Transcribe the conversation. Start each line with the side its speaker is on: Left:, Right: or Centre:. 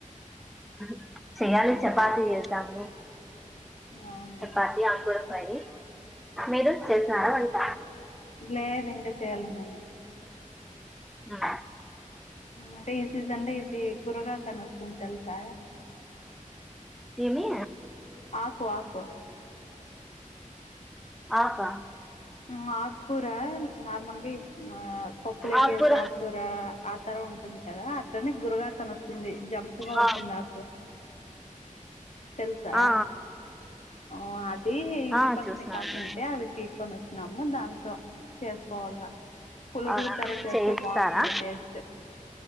Centre: <inaudible> చెయ్యాలి చపాతి చేద్దామని
Left: అవునా
Centre: చపాతి ఆకూర ఫ్రై. మీరు చేసినార వంట.
Left: లేద్ ఇంకా చేయలే మేము.
Centre: <unintelligible>
Left: అంటే ఈ సీజన్దే ఇది గురగాఆకు వస్తుంది తెల్సా.
Centre: ఏమీ
Left: ఆకు ఆకు
Centre: ఆకా
Left: మా ఆకూర నార్మల్గా ఈ పప్పులే
Centre: ఆకుకూర
Left: కేసే ఆకు. కూర ఆ తర ఉంటుంది కదా అట్లనే గురగాఆకు అనివస్తుంది జంపుగా
Centre: ఆ
Left: ఉంటుంది ఆకు. <inaudible> తెల్సా
Centre: ఆ
Left: హ్మ అది ఇంటి
Centre: ఆ
Left: పక్కనే
Centre: చూసినాను
Left: కాసింటే అది పీ. కొని వచ్చినాము దాంతో చేసుకోవాల. పులగూర
Centre: అవునా
Left: తర చేస్తే
Centre: చేస్తారా
Left: బాగుంటుంది టేస్ట్.